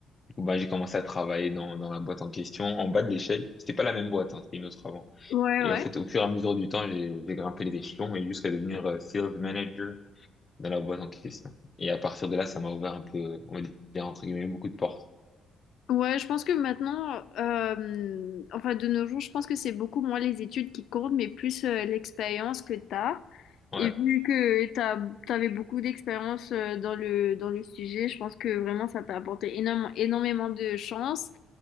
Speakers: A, on the left (about 35°); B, on the left (about 75°).
A: où bah, j'ai commencé à travailler dans, dans la boîte en question, en bas de l'échelle. C'était pas la même boîte, hein, c'était une autre avant.
B: Ouais,
A: Et
B: ouais.
A: en fait, au fur et à mesure du temps, j'ai j'ai grimpé les échelons et jusqu'à devenir euh, sales manager dans la boîte en question. Et à partir de là, ça m'a ouvert un peu, on va dire, entre guillemets, beaucoup de portes.
B: Ouais, je pense que maintenant, euh, enfin de nos jours, je pense que c'est beaucoup moins les études qui comptent, mais plus euh, l'expérience que tu as.
A: Ouais,
B: Et vu que tu avais beaucoup d'expérience euh, dans le, dans le sujet, je pense que vraiment ça t'a apporté énorme- énormément de chance